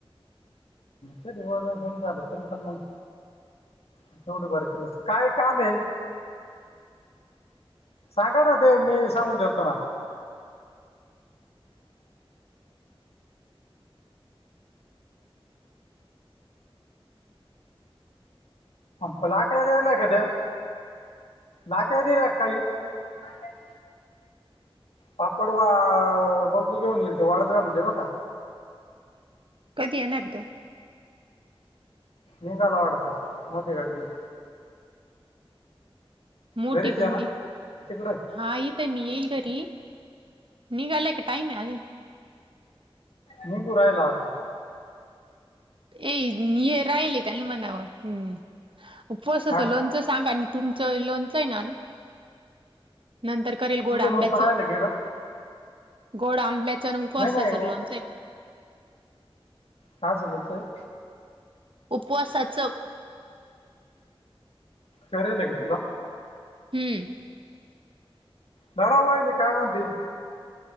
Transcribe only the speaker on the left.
ते दिव झालं तरी पण मग तेवढ भर तलं काय काम आहे सांगा ना ते मी सांगून दतो ना. ब लाट ला का देव लाट यल काय <unintelligible> पापड वा बगली घेऊन येईल ते वाळत घालव दे ब का
निघायला वाटत मोठी गाडी घेऊन.
घरीच
आहे ना तिकडे
निघू राहिला आता.
काय
तुझं लोणचं
राहिलं की इकडं?
नाही नाही
हो
काय झालल साईब.
खर ले कतला
नरा व आहेली काय म्हणती.